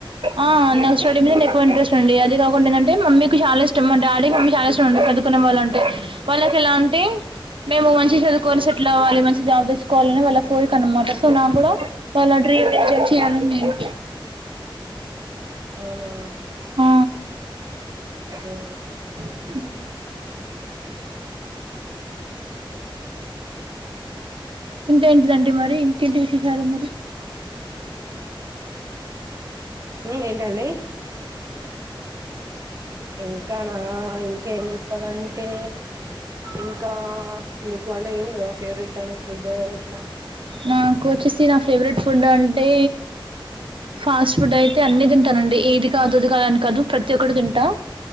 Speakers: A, on the right; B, on the right.
A: ఆ నాకు స్టడీ మీద ఎక్కువ ఇంట్రెస్ట్ ఉండి అది కాకుండా ఏంటంటే మమ్మీ చాలా ఇష్టం మా డాడీ మమ్మీ చాలా ఇష్టముండే చదు కునే వాళ్లంటే వాళ్ళకి ఎలా అంటే మేము మంచిగా చదువుకోని సెటిల్ అవ్వాలి మంచి జాబ్ తెచ్చుకోవాలని వాళ్ళ కోరిక అన్నమాట సో నాక్కూడా వాళ్ళ డ్రీమ్ నెరవేర్చేయాలని నేను
B: అవునా
A: ఆ
B: ఓకే
A: ఉమ్ ఇంకా ఏంటి అంటే మరి ఇంకేంటి విశేషాలు మరి
B: ఉమ్మ్ ఏంటండి ఇంకా నా ఇంకేం చెప్పాలంటే ఇంకా మీకు అంటే ఏం లేవా ఫేవరెట్ అని ఫుడ్ ఇట్లా
A: నాకు వచ్చేసి నా ఫేవరెట్ ఫుడ్ అంటే ఫాస్ట్ ఫుడ్ అయితే అన్ని తింటానండి ఏది కాదు అది కాదని కాదు ప్రతి ఒక్కటి తింటా